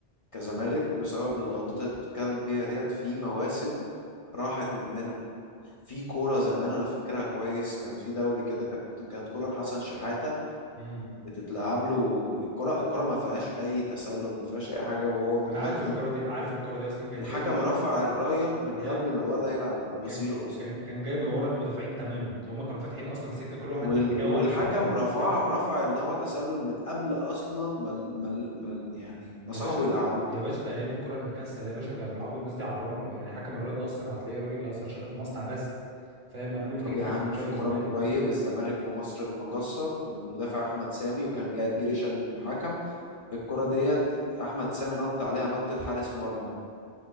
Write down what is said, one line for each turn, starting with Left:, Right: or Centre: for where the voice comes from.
Left: كزمالك بسبب اللقطات اللي انت بتتكلم بيها ديت في مواسم راحت مننا في كورة زمان انا فاكرها كويس كان في دوري كده كانت كانت كورة لحسن شحاتة
Right: امم
Left: بتتلعب له الكرة الكرة ما فيهاش اي تسلل ما فيهاش اي حاجة وهو متغطي
Right: انا عارف الكوره دي عارف الكوره دي اصلا كان
Left: الحكم
Right: جاي من ورا
Left: رفع
Right: ال-
Left: الراية من
Right: جاي
Left: قبل ما الولد يلعب يبصيله
Right: كان
Left: اصلا
Right: كان كان جاي من ورا المدافعين تماما اللي هم كانوا فاتحين اصلا سكه كل واحد
Left: وال-
Right: في اتجاهه
Left: والحكم
Right: كان تحتهم
Left: رفع
Right: فاكر
Left: رفع ان هو تسلل من قبل اصلا ما ال- ما ال- ما ال- يعني ما
Right: يا
Left: صاحبه
Right: باشا
Left: يلعب له
Right: يا باشا ده ايام الكرة المكسل يا باشا كانوا بيلعبوا الناس دي على الرملة يعني حكم الرياضة اصلا هتلاقيه راجل اصلا شغال في مصنع غزل فاهم قال له ما
Left: طب
Right: تيجي تحكم
Left: يا عم
Right: ماتش
Left: في
Right: الاهلي
Left: كورة
Right: والزمالك
Left: من قريب الزمالك ومصر المقاصة المدافع أحمد سامي وكان جهاد جريشة المحكم الكرة ديت أحمد سامي نط عليها نطة حارس مرمى